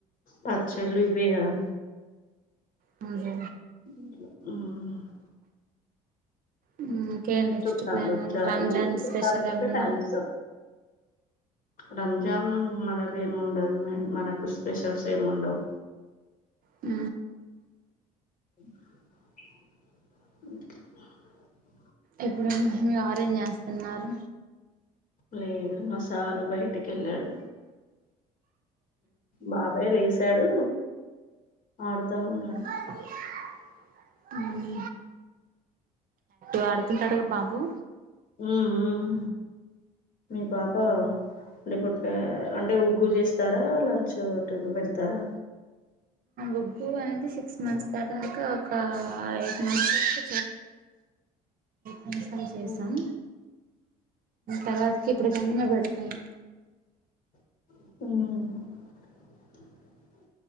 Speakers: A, on the left; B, on the right.
A: పచ్చళ్ళు ఇవే గాదా
B: హ్ హు
A: హ్
B: ఉ ఓకే నెక్స్ట్
A: చుట్టాలు
B: ప్లాన్
A: వచ్చారు
B: రంజాన్
A: చుట్టాలతోటి
B: స్పెషల్ ఏమన్నా
A: టైమ్ ఇస్తాం రంజాన్ మనక ఏమి ఉండదు మ మనకు స్పెషల్స్ ఏమి ఉండవు
B: అ
A: అ
B: ఎప్పుడన్నా ఏం చేస్తున్నారు
A: లేదు మా సారు బయటికి వెళ్ళాడు బాబాయ్ లేసాడు ఆడుతా ఉన్నాడు
B: హ్యాపీ గా అడుకుంటాడుగా బా ఉ
A: ఉమ్, ఉమ్. మీ పాపే ప అంటే ఉగ్గు చేస్తారా లంచ్ పెడతారా
B: ఉగ్గు అనేది సిక్స్ మంత్స్ ద దాకా ఒక ఎయిట్ మంత్స్ వరకా చేస్తాం చేసాం
A: ఉమ్.
B: తర్వాత ఇప్పుడు కనిమ పెడుతును
A: హ